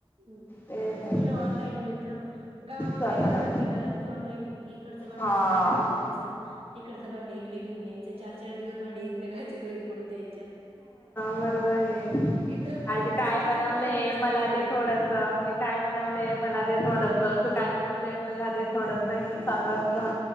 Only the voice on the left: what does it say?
तेच
आहे
सगळं
हा
बरोबर आहे.
आज काय
बनवलंय
मला
थोडस मी काय बनवलंय मला दे थोडस. तू काय बनवलंय मला दे थोडस हे
चालू असत